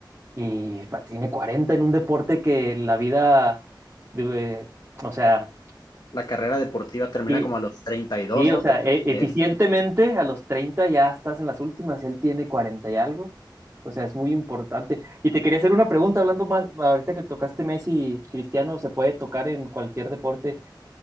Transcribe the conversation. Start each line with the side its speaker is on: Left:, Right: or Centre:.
Right: y pa, tiene 40 en un deporte que la vida, de- o sea,
Left: la carrera deportiva termina
Right: y
Left: como a los treinta y dos
Right: Sí,
Left: ¿no?
Right: o sea,
Left: 33.
Right: e- eficientemente a los 30 ya estás en las últimas, él tiene 40 y algo. O sea, es muy importante. Y te quería hacer una pregunta, hablando más, ahorita que tocaste Messi, Cristiano, se puede tocar en cualquier deporte.